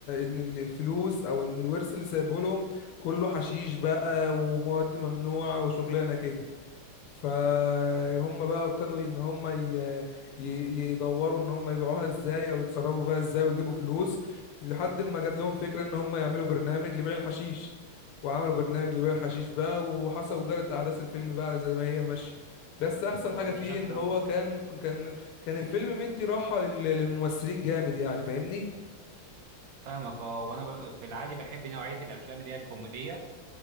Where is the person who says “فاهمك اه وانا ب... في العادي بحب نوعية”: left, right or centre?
Right